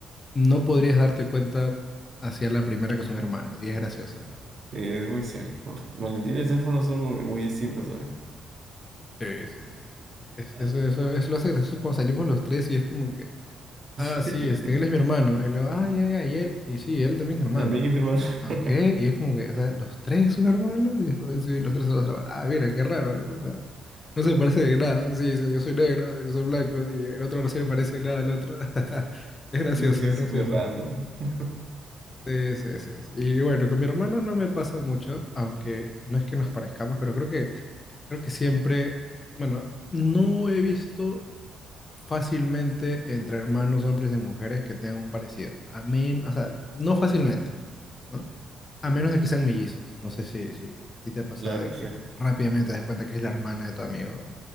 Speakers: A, on the left (about 30°); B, on the right (about 45°).
A: no podrías darte cuenta hacia la primera que son hermanos, y es gracioso, la verdad.
B: Sí, es muy cierto. valentín y Sefo no son muy, muy distintos, también
A: Sí, sí, sí, sí, sí. Es-
B: Ah,
A: Eso, eso, eso lo hace gracioso cuando salimos los tres y es como que, ah,
B: <laughs>
A: sí, este, él es mi hermano. Él, ah, ya, ya, y él, y sí, él también es mi hermano.
B: También es hermano.
A: Ah,
B: <laughs>
A: Ok, y es como que, o sea, los tres son hermanos. Y, dijo, sí, los tres son los hermanos. Ah, mira, qué raro, ¿no? O sea, no se parece de nada. Sí, sí, yo soy negro, yo soy blanco, y el otro no se le parece nada al otro. <laughs> Es gracioso,
B: Eso sí es
A: es gracioso.
B: súper random. <laughs>
A: Sí, sí, sí, sí. Y bueno, con mi hermana no me pasa mucho, aunque no es que nos parezcamos, pero creo que. Creo que siempre, bueno, no he visto fácilmente entre hermanos, hombres y mujeres que tengan un parecido. A men- o sea, no fácilmente, ¿no? A menos de que sean mellizos. No sé si, si a ti te ha pasado
B: Claro,
A: de
B: es
A: que
B: cierto.
A: rápidamente te das cuenta que es la hermana de tu amigo.